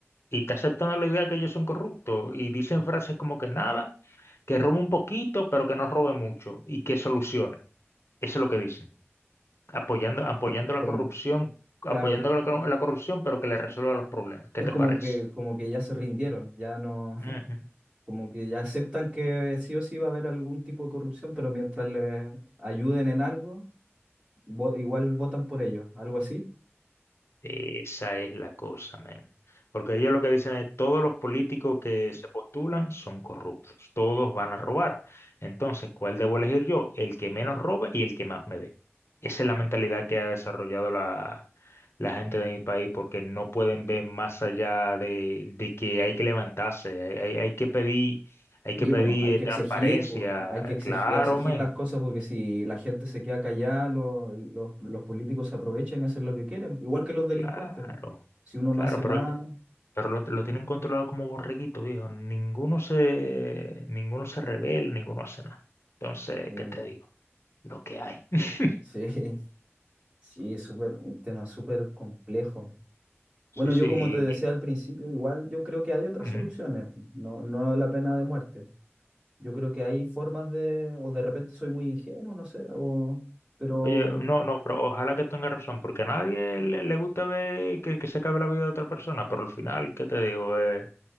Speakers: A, on the left; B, on the right.
A: y está aceptando la idea que ellos son corruptos y dicen frases como que nada, que robe un poquito, pero que no robe mucho y que solucione. Eso es lo que dicen apoyando, apoyando la
B: Como,
A: corrupción, apoyando
B: claro,
A: la, cor- la corrupción, pero que le resuelva los problemas. ¿Qué
B: es
A: te
B: como
A: parece?
B: que, como que ya se rindieron, ya no, <laughs>
A: Ujú.
B: como que ya aceptan que sí o sí va a haber algún tipo de corrupción, pero mientras les ayuden en algo vo- igual votan por ellos, algo así.
A: Esa es la cosa, men. Porque ellos lo que dicen es, todos los políticos que se postulan son corruptos, todos van a robar. Entonces, ¿cuál debo elegir yo? El que menos robe y el que más me dé. Esa es la mentalidad que ha desarrollado la, la gente de mi país, porque no pueden ver más allá de, de que hay que levantarse, hay, hay- hay que pedir, hay
B: Y
A: que pedir
B: pues hay que
A: eh,
B: exigir,
A: transparencia.
B: pues, hay que exigir,
A: Claro,
B: exigir
A: men.
B: las cosas porque si la gente se queda callada, lo- los, los políticos se aprovechan y hacen lo que quieren, igual que los delincuentes,
A: Claro,
B: po. Si uno
A: claro,
B: no hace
A: pero,
B: nada,
A: eh, pero lo, lo tienen controlado como borreguito, viejo. Ninguno se, ninguno se revela, ninguno hace nada. Entonces,
B: eh,
A: ¿qué te digo? Lo que hay. <laughs>
B: sí, <laughs> sí, es súper, un tema súper complejo.
A: Sí,
B: Bueno, yo
A: sí.
B: como te decía al principio, igual yo creo que hay otras
A: y-
B: soluciones,
A: ujú.
B: no, no la pena de muerte. Yo creo que hay formas de, o de repente soy muy ingenuo, no sé, o, pero
A: Oye, no, no, pero ojalá que tenga razón, porque a nadie le, le gusta ver que, que se acabe la vida de otra persona, pero al final, ¿qué te digo? Eh,